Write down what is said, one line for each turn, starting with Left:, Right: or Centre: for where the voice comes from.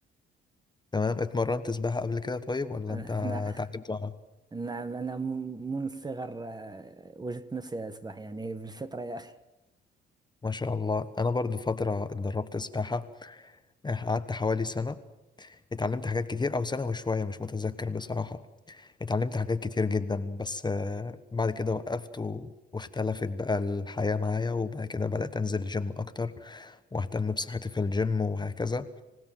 Left: تمام اتمرنت سباحه قبل كده طيب ولا
Right: أنا
Left: انت اتعلمت
Right: <laughs>
Left: معاها
Right: نعم أنا م- منذ الصغر آه، وجدت نفسي أسبح يعني بالفطرة يا أخي
Left: ما شاء الله انا برضو فتره اتدربت سباحه آه، قعدت حوالي سنه اتعلمت حاجات كتير او سنه وشويه مش متذكر بصراحه اتعلمت حاجات كتير جدا بس آه، بعد كده وقفت و... واختلفت بقى الحياة معايا وبعد كده بدأت أنزل الجيم أكتر وأهتم بصحتي في الجيم وهكذا